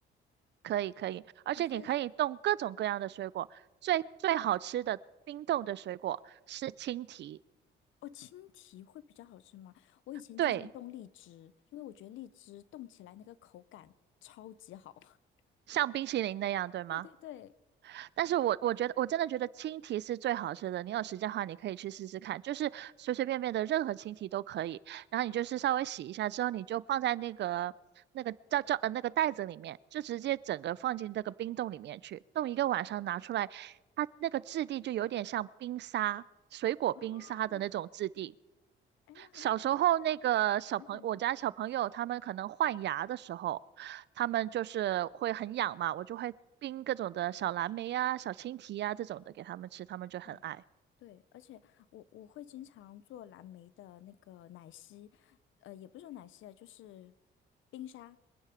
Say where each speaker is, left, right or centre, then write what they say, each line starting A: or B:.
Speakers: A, on the right (about 60°); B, on the left (about 75°).
A: 可以可以，而且你可以冻各种各样的水果，
B: 哎，现在
A: 最最好吃的冰冻的水果是青提，
B: 哦，青提会比较好吃吗？我以前经常冻荔枝，
A: 对，
B: 因为我觉得荔枝冻起来那个口感超级好。<laughs>
A: 像冰淇淋那样，对吗？
B: 对对对，
A: 但是我我觉得我真的觉得青提是最好吃的，你有时间的话你可以去试试看，就是随随便便的任何青提都可以，然后你就是稍微洗一下之后，你就放在那个那个叫叫呃那个袋子里面，就直接整个放进这个冰冻里面去，冻一个晚上拿出来，它那个质地就有点像冰沙，水果冰沙的那种质地。
B: 哦，哎，那那好像
A: 小时候那个小朋我家小朋友他们可能换牙的时候，
B: 那感觉很好吃。
A: 他们就是会很痒嘛，我就会冰各种的小蓝莓呀、小青提呀、这种的给他们吃，他们就很爱。
B: 哎。对，而且我我会经常做蓝莓的那个奶昔，呃，也不是说奶昔啊，就是冰沙，